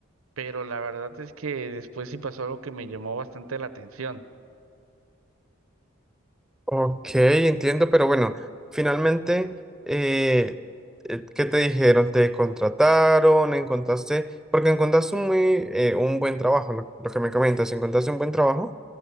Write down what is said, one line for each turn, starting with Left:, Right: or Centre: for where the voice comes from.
Right: pero la verdad es que después sí pasó algo que me llamó bastante la atención.
Centre: Ok, entiendo, pero bueno, finalmente, eh, eh, ¿qué te dijeron? ¿Te contrataron? ¿Encontraste? Porque encontraste un muy, eh, un buen trabajo, lo, lo que me comentas, encontraste un buen trabajo,